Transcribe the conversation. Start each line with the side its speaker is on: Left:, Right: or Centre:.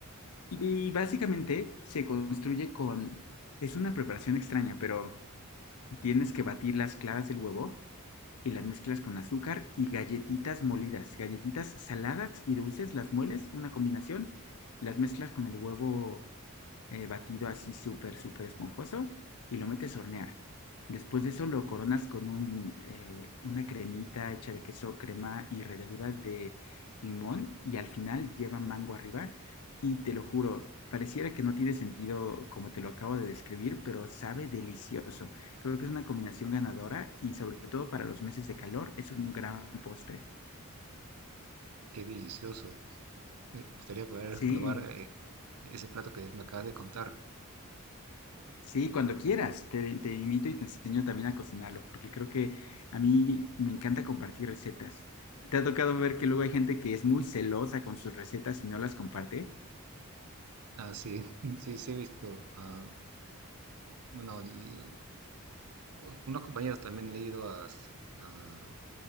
Left: Y básicamente se construye con, es una preparación extraña, pero tienes que batir las claras del huevo y las mezclas con azúcar y galletitas molidas, galletitas saladas y dulces, las mueles, una combinación, las mezclas con el huevo eh, batido así súper, súper esponjoso y lo metes a hornear. Después de eso lo coronas con un, eh, una cremita hecha de queso, crema y ralladura de limón y al final lleva mango arriba y te lo juro, pareciera que no tiene sentido como te lo acabo de describir, pero sabe delicioso. Creo que es una combinación ganadora y sobre todo para los meses de calor es un gran postre.
Right: Qué delicioso. Me gustaría poder
Left: Sí.
Right: probar eh, Ese plato que me acabas de contar.
Left: Sí, cuando quieras, te, te invito y te enseño también a cocinarlo, porque creo que a mí me encanta compartir recetas. ¿Te ha tocado ver que luego hay gente que es muy celosa con sus recetas y no las comparte?
Right: Ah, sí, <laughs> sí, sí he visto. Ah, bueno, l- unos compañeros también le he ido a, s- a-